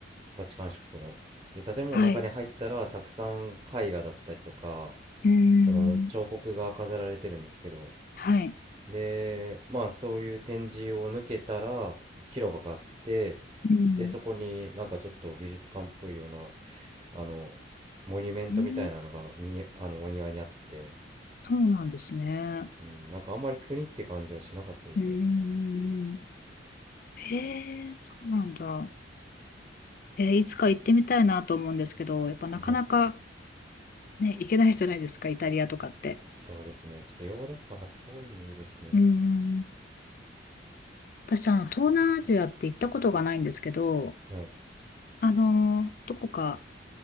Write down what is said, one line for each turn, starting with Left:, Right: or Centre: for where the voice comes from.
Right: バチカン市国ので建物の中に入ったらたくさん絵画だったりとか
Left: はい。うん、
Right: その彫刻が飾られてるんですけど
Left: はい。
Right: でまあそういう展示を抜けたら広場があって
Left: うん
Right: でそこになんかちょっと美術館っぽいようなあの、モニュメントみたいなのがに、
Left: うん、
Right: あの、お庭にあって、
Left: そうなんですね。
Right: うん、なんかあんまり国って感じはしなかったですね。
Left: うーん。へえ、そうなんだ。えーいつか行ってみたいなと思うんですけど、やっぱなかなか
Right: はい。
Left: ね、行けないじゃないですか、イタリアとかって。
Right: そうですね。ちょっとヨーロッパは遠いですね。
Left: うん。私、あの、東南アジアって行ったことがないんですけど、
Right: はい。
Left: あのー、どこか